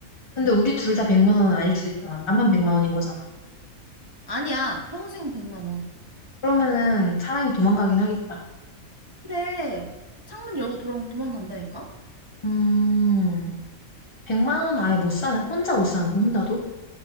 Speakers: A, on the left (about 30°); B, on the right (about 35°).
A: 근데 우리 둘 다 100만 원은 아닐 수 있잖아. 나만 100만 원인 거잖아.
B: 아니야. 평생 100만 원.
A: 그러면은 사랑이 도망가긴 하겠다.
B: 그래. 창문 열고 돌아오면 도망간다니까?
A: 음, 100만 원 아예 못 사는, 혼자 못 사는데, 혼자도?